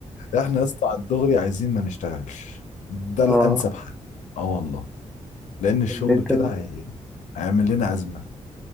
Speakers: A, on the left; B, in the centre.
A: احنا يا اسطى على الدغري عايزين ما نشتغلش ده
B: اه
A: الانسب حل اه والله لان الشغل
B: ان انت
A: كده هي... هيعمل لنا ازمه